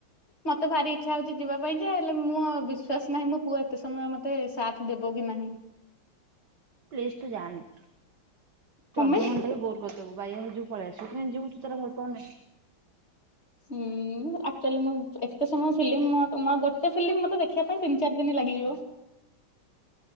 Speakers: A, on the left (about 30°); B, on the right (about 55°).
A: ମତେ ଭାରି ଇଚ୍ଛା ହୋଉଚି ଯିବା ପାଇଁ ଯେ ହେଲେ ମୁଁ ବିଶ୍ୱାସ ନାହିଁ ମୋ ପୁଅ ଏତେ ସମୟ ମତେ ମତେ ସାଥ ଦେବ କି ନାହିଁ?
B: ପ୍ଲିଜ୍ ତୁ ଯାଣିନୁ ତୁ
A: କଣ
B: ଅଧଘଣ୍ଟା
A: ପାଇଁ
B: କେ ବୋର କରିଦବୁ ବାଇଆ ହେଇ ଯିବୁ ପଳେଇ ଆସିବୁ କେମିତି ଯିବୁ। ମୁଁ ତ ଏରା ଭଲ ପାଉନେହିଁ।
A: ହୁଁ ଆକ୍ଚୁଆଲି ମୁଁ ଏତେ ସମୟ ଫିଲ୍ମି ଗୋଟେ ଫିଲ୍ମି ମତେ ଦେଖିବା ତିନି ଚାରି ଦିନି ଲାଗିଯିବ।